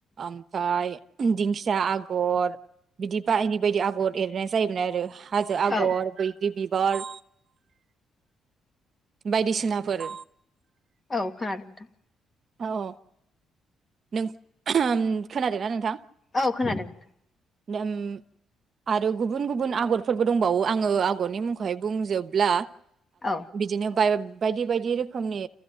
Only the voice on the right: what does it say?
ओमफ्राय दिंखिया आगर बिदि बायदि बायदि आगर एरनाय जायोमोन आरो हाजो
आगर बैग्रि बिबार बायदिसिनाफोर
औ औ नों खोनादों ना नोंथां
नों आरो गुबुन गुबुन आगरफोरबो दंबावो आङो आगरनि मुंखौहाय बुंजोबब्ला
बिदिनो बायदि बायदि रोखोमनि